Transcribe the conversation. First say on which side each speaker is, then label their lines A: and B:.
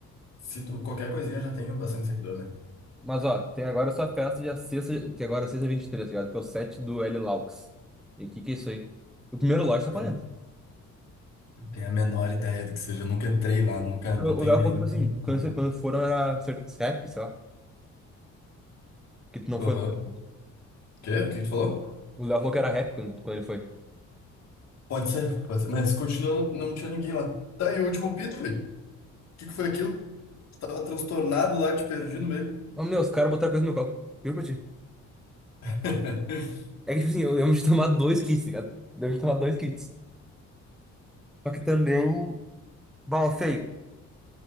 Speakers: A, on the left; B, in the centre.
A: se tu qualquer coisinha já tem bastante seguidor, né?
B: Mas ó, tem agora só a festa de sexta, que agora é sexta 23, tá ligado? Que é o set do L Laux. E o que que é isso aí? O primeiro lote tá
A: Eu
B: quarenta
A: não Tenho a menor ideia do que seja. Eu nunca entrei lá, nunca,
B: O
A: não tenho
B: o Léo
A: nem.
B: falou que, tipo assim, quando,
A: Não.
B: você- quando foram era ser- rap, sei lá. Que tu não
A: Aham.
B: foi. no caso.
A: Quê? O que que tu falou?
B: O Léo falou que era rap quando, quando ele foi.
A: Pode ser, pode ser. Mas continuando, não tinha ninguém lá. Tá, e o último pito, feio. O que que foi aquilo? Tava transtornado lá, te perdi no meio.
B: Ô, meu, os caras botaram coisa no meu copo. Juro pra ti.
A: <laughs>
B: É que, tipo assim, eu lembro de tomar dois kits, tá ligado? Eu Lembro de tomar dois kits. Só que também. Bom, feio.